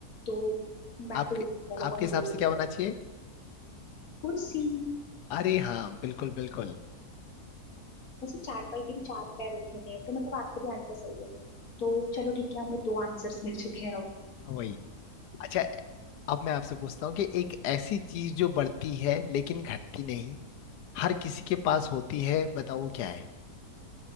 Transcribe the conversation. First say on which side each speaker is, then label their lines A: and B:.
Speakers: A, on the left; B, on the left.
A: तो मैं
B: आपके
A: आपको ये वाला
B: आपके
A: पॉइंट
B: हिसाब
A: दे देती
B: से क्या होना
A: हूँ
B: चाहिए
A: कुर्सी
B: अरे हाँ बिल्कुल बिल्कुल
A: वैसे चारपाई के भी चार पैर होते हैं तो मतलब आपका भी आंसर सही है तो चलो ठीक है हमें दो आंसर्स मिल चुके हैं अब
B: वही अच्छा अब मैं आपसे पूछता हूँ कि एक ऐसी चीज जो बढ़ती है लेकिन घटती नहीं हर किसी के पास होती है बताओ वो क्या है